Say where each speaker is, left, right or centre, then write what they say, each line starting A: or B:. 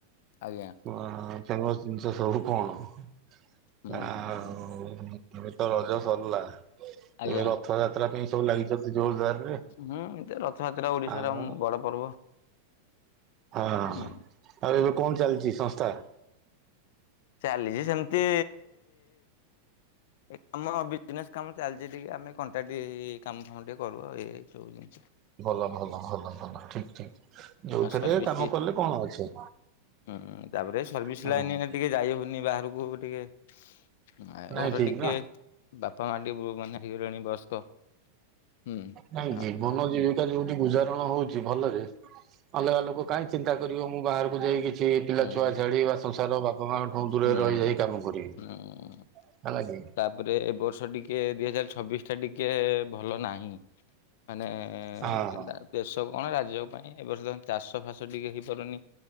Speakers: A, on the left; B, on the right.
A: ଆଜ୍ଞା
B: ତାଙ୍କ ର ଜିନିଷ ସବୁ କଣ
A: ହୁଁ
B: ଆଉ
A: ହୁଁ ହୁଁ
B: ଏମେ ତ ରଜ ସରିଲା, ଏବେ
A: ଆଜ୍ଞା।
B: ରଥଯାତ୍ରା ପାଇଁ ସବୁ ଲାଗିଛନ୍ତି ଜୋରଦାରରେ।
A: ହୁଁ ଏ ରଥଯାତ୍ରା ଓଡିଶାର
B: ଆଉ
A: ବଡ ପର୍ବ।
B: ହଁ
A: ହୁଁ
B: ଆଉ ଏବେ କଣ ଚାଲିଛି ସଂସ୍ଥା?
A: ଚାଲିଛି ସେମିତି ଏ କାମ ବିଜନେସ କାମ ଚାଲିଛି ଟିକେ, ଆମେ କଣ୍ଟ୍ରା କାମ ଫାମ ଟିକେ କରୁ ଆଉ ଏଇ ସବୁ ଜିନିଷ।
B: ଭଲ ଭଲ ଭଲ ଭଲ ଠିକ ଠିକ ଯୋଉଥିରେ
A: ଆଉ ସର୍ଭିସ
B: କାମ କଲେ କଣ ଅଛି।
A: ହୁଁ ତାପରେ ସର୍ଭିସ
B: ହଁ
A: ଲାଇନ ଟିକେ ଯାଇ ହଉନି ବାହାରକୁ। ଟିକେ
B: ନାଇଁ
A: ଘର
B: ଠିକ
A: ଟିକେ
B: ନା।
A: ବାପା ମା ଟିକେ ମାନେ ହେଇଗଲେଣି ବୟସ୍କ। ହୁଁ
B: ନାଇଁ
A: ହଁ
B: ଜୀବନ ଜୀବି ଯୋଉଠି ଗୁଜାରରଣ ହଉଛି ଭଲରେ ଅଲଗା ଲୋକ କାଇ ଚିନ୍ତା କରିବ, ମୁଁ ବାହାରକୁ ଯାଇକି କିଛି ପିଲା
A: ହୁଁ
B: ଛୁଆ ଛାଡି ବା ସଂସାର ବାପା ମାଙ୍କଠୁ ଦୂରରେ
A: ହୁଁ
B: ରହିଯାଇ କାମ କରିବି। ହେଲା
A: ହୁଁ
B: କି
A: ତାପରେ ଏ ବର୍ଷ ଟିକେ ଦୁଇ ହଜାର ଚବିଶି ଟା ଟିକେ ଭଲ ନାହିଁ। ମାନେ
B: ହଁ ହଁ
A: ତା ଦେଶ କଣ ରାଜ୍ୟ ପାଇଁ ଏ ବର୍ଷ ତ ଚାଷ ଫାସ ଟିକେ ହେଇପାରୁନି।